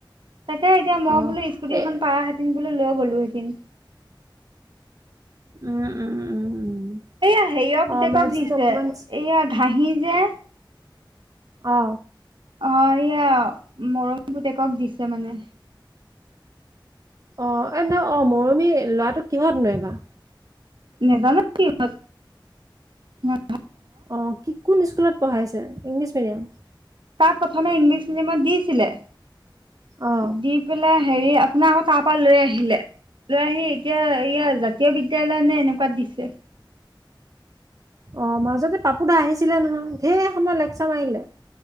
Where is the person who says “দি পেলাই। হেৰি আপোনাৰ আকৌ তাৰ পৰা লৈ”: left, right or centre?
Right